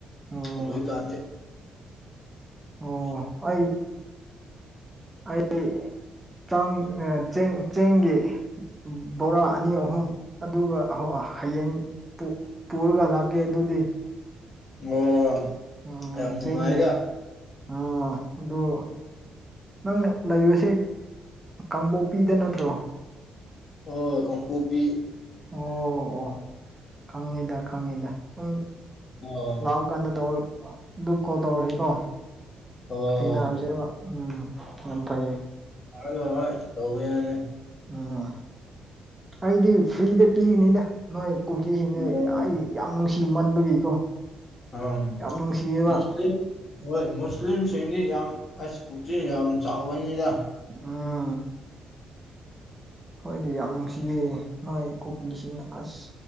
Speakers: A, on the right; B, on the left.
A: ꯑꯣ
B: ꯍꯧꯖꯤꯛ ꯀꯥꯟꯗꯤ
A: ꯑꯣ ꯑꯩ ꯑꯩ ꯆꯥꯡ ꯆꯦꯡ ꯆꯦꯡꯒꯤ ꯕꯣꯔꯥ ꯑꯅꯤ ꯑꯍꯨꯝ ꯑꯗꯨꯒ ꯍꯧ ꯍꯌꯦꯡ ꯄꯨ ꯄꯨꯔꯒ ꯂꯛꯒꯦ ꯑꯗꯨꯗꯤ
B: ꯑꯣ
A: ꯎꯝ
B: ꯌꯥꯝ ꯅꯨꯡꯉꯥꯏꯗ
A: ꯆꯦꯟꯒꯤ ꯎꯝ ꯑꯗꯨ ꯅꯪ ꯂꯩꯕꯁꯦ ꯀꯥꯡꯄꯣꯛꯄꯤꯗ ꯅꯠꯇ꯭ꯔꯣ
B: ꯑꯣ ꯀꯥꯡꯄꯣꯛꯄꯤ
A: ꯑꯣ ꯑꯣ ꯈꯪꯉꯤꯗ ꯈꯪꯉꯤꯗ ꯑꯣ
B: ꯑꯣ
A: ꯂꯥꯎꯒꯅ ꯇꯧ ꯑꯗꯨ ꯀꯣꯜ ꯇꯧꯔꯍꯤꯀꯣ
B: ꯑꯣ
A: ꯊꯦꯡꯅꯖꯦꯕ ꯎꯝ ꯌꯥꯝ ꯐꯩꯌꯦ
B: ꯍ ꯍꯣꯏ ꯇꯧꯕ ꯌꯥꯅꯤ
A: ꯎꯝ ꯑꯩꯗꯤ ꯐ꯭ꯔꯤꯗ ꯄꯤꯒꯅꯤꯗ ꯅꯣꯏ ꯀꯨꯀꯤꯁꯤꯡꯅ
B: ꯑꯣ
A: ꯑꯩ ꯌꯥꯝ ꯅꯨꯡꯁꯤ ꯃꯟꯕꯒꯤꯀꯣ
B: ꯑꯝ
A: ꯌꯥꯝ ꯅꯨꯡꯁꯤꯌꯦꯕ
B: ꯃꯨꯁꯂꯤꯝ ꯍꯣꯏ ꯃꯨꯁꯂꯤꯝꯁꯤꯡꯗꯤ ꯌꯥꯝ ꯑꯁ ꯄꯨꯛꯆꯦꯟ ꯌꯥꯝ ꯆꯥꯎꯒꯅꯤꯗ
A: ꯎꯝ ꯍꯣꯏꯗꯤ ꯌꯥꯝ ꯅꯨꯡꯁꯤꯌꯦ ꯅꯣꯏ ꯀꯨꯀꯤꯁꯤꯡꯅ ꯑꯁ